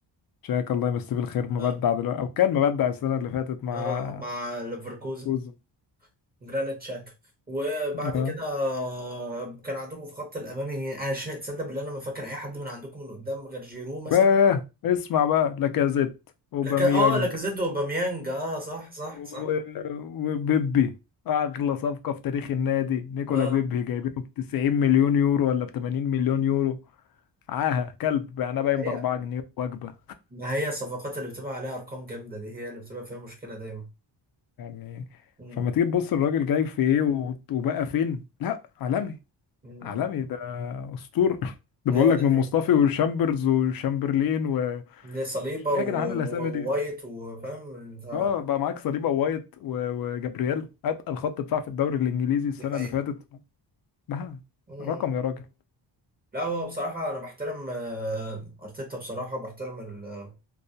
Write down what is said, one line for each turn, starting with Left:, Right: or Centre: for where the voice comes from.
Left: شاكا الله يمسيه بالخير مبدع
Right: اه
Left: دلوقتي او كان مبدع السنه اللي فاتت مع
Right: اه مع ليفركوزن
Left: كوزو
Right: جرانيت شاكا وبعد
Left: آه.
Right: كده آه، كان عندكم في خط الامامي يعني انا مش تصدق بالله انا ما فاكر اي حد من عندكم من قدام غير جيرو مثلا
Left: باه اسمع بقى لاكازيت اوباميانج
Right: لك اه لاكازيت وباميانج اه صح صح
Left: و-
Right: صح
Left: وبيبي اغلى صفقة في تاريخ النادي نيكولا
Right: اه
Left: بيبي جايبينه ب 90 مليون يورو ولا ب 80 مليون يورو عاهة كلب يعني باين
Right: هي
Left: ب 4 جنيه وجبة
Right: ما هي الصفقات اللي بتبقى عليها ارقام جامده دي هي اللي بتبقى فيها مشكله دايما
Left: يعني
Right: م- م-
Left: فما تيجي تبص الراجل جاي في ايه و- وبقى فين لا عالمي
Right: م- م.
Left: عالمي ده اسطورة <laughs> ده
Right: ايوه
Left: بقول لك
Right: ده
Left: من
Right: حقيقي
Left: مصطفي وشامبرز وشامبرلين و ايه
Right: دي صليبة
Left: يا
Right: و-
Left: جدعان
Right: و-
Left: الاسامي دي
Right: ووايت وفاهم ف-
Left: اه بقى معاك صليبه وايت و- وجابرييل اتقل خط دفاع في الدوري الانجليزي السنه
Right: دي حقيقة
Left: اللي فاتت ده
Right: مم.
Left: رقم يا راجل
Right: لا هو بصراحة أنا بحترم آه، أرتيتا بصراحة وبحترم ال...